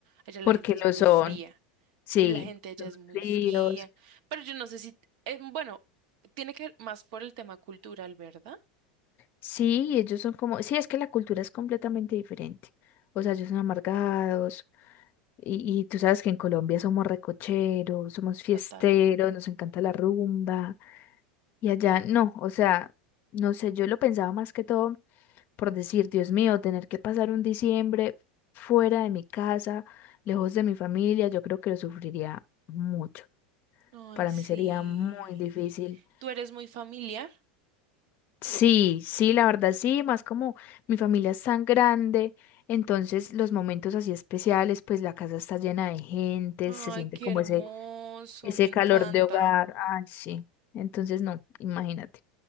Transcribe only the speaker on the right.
Allá la
gente es muy
fría
eh, La gente allá
es muy
fría, pero yo no sé si, eh, bueno, tiene que ver más por el tema cultural, ¿verdad?
Total.
Ay,
sí.
¿Tú eres muy familiar?
Ay,
qué
hermoso,
me encanta.